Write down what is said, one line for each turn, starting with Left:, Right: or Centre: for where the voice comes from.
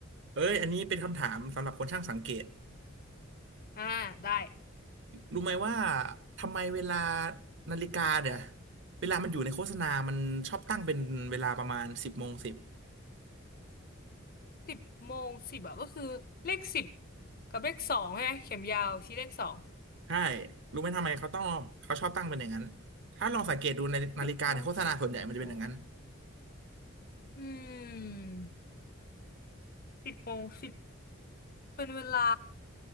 Right: เอ้ยอันนี้เป็นคำถามสำหรับคนช่างสังเกต
Left: อ่าได้
Right: รู้ไหมว่าทำไมเวลานาฬิกาเนี่ยเวลามันอยู่ในโฆษณามันชอบตั้งเป็นเวลาประมาณสิบโมงสิบ
Left: สิบโมงสิบอะก็คือเลขสิบกับเลขสองใช่ไหมเข็มยาวชี้เลขสอง
Right: ใช่รู้ไหมทำไมเขาต้องเขาชอบตั้งเป็นอย่างนั้นถ้าลองสังเกตดูในนาฬิกาในโฆษณาส่วนใหญ่มันจะเป็นอย่างนั้น
Left: สิบโมงสิบหรออืมสิบโมงสิบเป็นเวลา